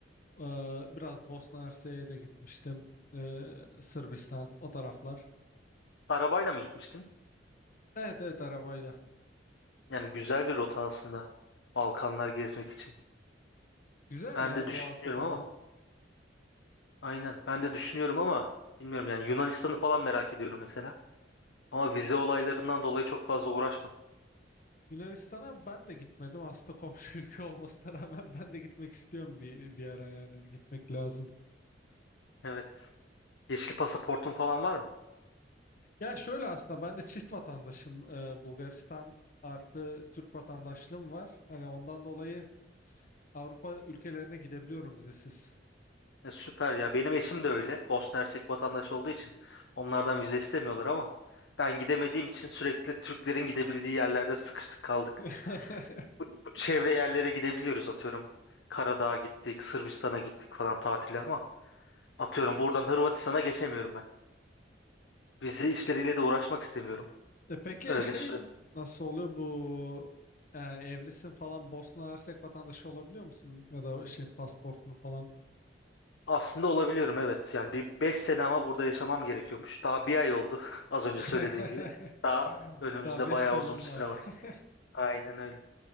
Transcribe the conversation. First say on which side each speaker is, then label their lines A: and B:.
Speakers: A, on the left; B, on the left.
A: e, biraz Bosna Hersek'e de gitmiştim. E, Sırbistan o taraflar.
B: Arabayla mı gitmiştin?
A: Evet evet arabayla.
B: Yani güzel bir rota aslında Balkanlar gezmek için.
A: Güzel
B: Ben
A: ya
B: de düşünüyorum
A: doğası falan.
B: ama aynen ben de düşünüyorum ama bilmiyorum yani Yunanistan'ı falan merak ediyorum mesela. Ama vize olaylarından dolayı çok fazla uğraşmadım.
A: Yunanistan'a ben de gitmedim aslında komşu <laughs> ülke olmasına rağmen ben de gitmek istiyorum bir, bir ara yani gitmek lazım.
B: Evet. Yeşil pasaportun falan var mı?
A: Ya şöyle aslında ben de çift vatandaşım. Ee, Bulgaristan artı Türk vatandaşlığım var. Hani ondan dolayı Avrupa ülkelerine gidebiliyorum vizesiz.
B: E, süper ya. Benim eşim de öyle. Bosna Hersek vatandaşı olduğu için onlardan vize istemiyorlar ama ben gidemediğim için sürekli Türklerin gidebildiği yerlerde sıkıştık kaldık.
A: <laughs>
B: Bu, bu çevre yerlere gidebiliyoruz atıyorum. Karadağ'a gittik, Sırbistan'a gittik falan tatile ama atıyorum buradan Hırvatistan'a geçemiyorum ben. Vize işleriyle de uğraşmak istemiyorum.
A: E peki
B: Öyle
A: şey
B: sürekli.
A: nasıl oluyor bu e, evlisin falan Bosna Hersek vatandaşı olabiliyor musun? Ya da şey pasaportun falan.
B: Aslında olabiliyorum evet. Yani bir 5 sene ama burada yaşamam gerekiyormuş. Daha bir ay oldu <laughs> az önce
A: <laughs>
B: söylediğim gibi. Daha önümüzde
A: Daha 5
B: bayağı
A: yılın
B: uzun bir
A: var.
B: süre var.
A: <laughs>
B: Aynen öyle.